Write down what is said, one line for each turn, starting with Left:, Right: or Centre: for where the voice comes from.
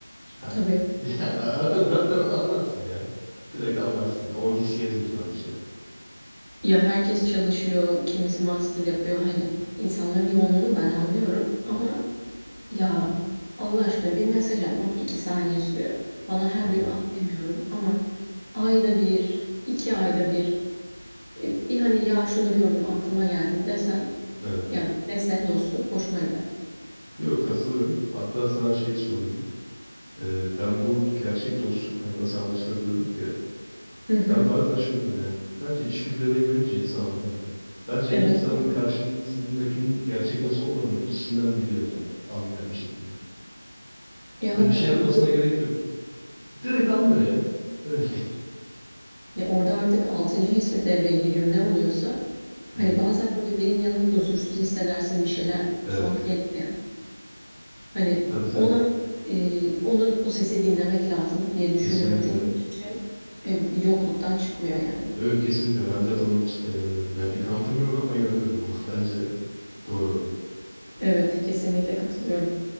Centre: hani
Right: Tabii.
Centre: <laughs> yani zaten zaten anlarsın ya. Direkt anlarsın. O his gelir insanın içine.
Right: Ya herkes çalışıyor, kimisi master yapıyor. Hani insanların yoğunluğunu ben anlıyorum ama Ya Allah aşkına bir mesaj atmak iki saniye sürüyor. Bana her
Centre: Doğru.
Right: gün at demiyorum ama ayda bir, iki ayda bir e, bir hani ya şunu gördüm aklıma geldin desen
Centre: Evet.
Right: ya dese dostum hoşuma gider.
Centre: Yok katılıyorum. Hatta sana şeyi sorayım. Ee, ben bu gerçek dostluk hani nasıl anlaşılır diyorduk ya.
Right: Hı hı.
Centre: Ben bazen şunu diyorum yani. Bence içgüdülerine güvenince insan anlıyor ya. Bence
Right: Evet
Centre: bir insan
Right: evet.
Centre: karşısındakinin gerçek dost olmadığını içinden biliyor yani. Anlıyor bir şekilde.
Right: Ya
Centre: Hani
Right: hakikaten
Centre: bir şey yapmasına
Right: bir
Centre: gerek yok. Direkt anlıyor ya. <laughs> Öyle değil.
Right: ya orada artık altıncı his mi devreye giriyor ne oluyorsa hani
Centre: Hmm,
Right: bazen böyle birinin yanında huzursuz hissedersin bir şeyler
Centre: Evet.
Right: tuhaf gelir ya. Hani
Centre: Tabii tabii.
Right: ona e, onu o sesi dinlemek lazım diye düşünüyorum.
Centre: Kesinlikle.
Right: Çünkü hiçbir şey e, yokluktan çıkmıyor yani.
Centre: Evet kesinlikle. Ben zaten ona cidden inanıyorum. Yani bir kanıtım yok ama inanıyorum ona. <laughs> Bence doğru.
Right: Evet, kesinlikle katılıyorum.